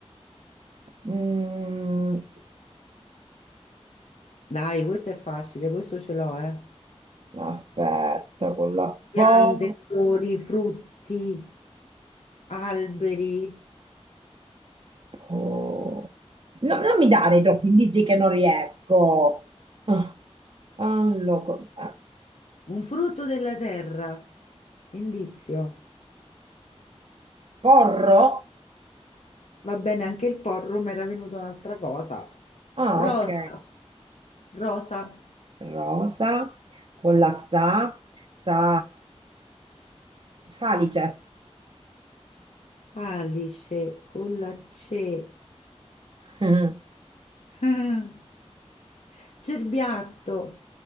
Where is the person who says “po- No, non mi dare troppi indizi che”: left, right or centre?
Right